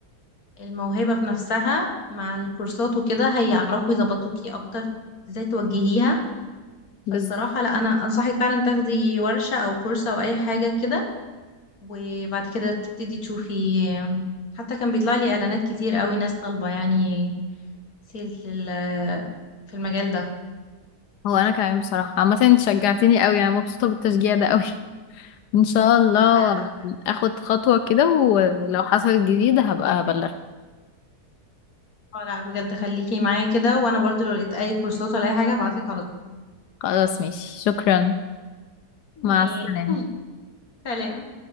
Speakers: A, on the left (about 60°); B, on the left (about 80°).
A: الموهبة بنفسها مع الكورسات وكده هيعرفوا يظبطوكي أكتر ازاي توجهيها فالصراحة
B: بالظبط
A: لا أنا أنصحك فعلا تاخدي ورشة أو كورس أو أي حاجة كده وبعد كده تبتدي تشوفي حتى كان بيطلع لي إعلانات كتير قوي ناس طالبة يعني سيل في ال- في المجال ده
B: هو انا كمان بصراحة عامة انت شجعتيني قوي انا مبسوطة بالتشجيع ده قوي <laughs> ان شاء الله
A: لا لا
B: اخد خطوة كده ولو حصلت جديدة هبقى هبلغك
A: اه لا بجد خليكي معايا كده وانا برضو لو لقيت اي كورسات ولا اي حاجة هبعتلك على طول
B: خلاص ماشي شكرا مع
A: ايه
B: السلامة
A: <laughs> سلام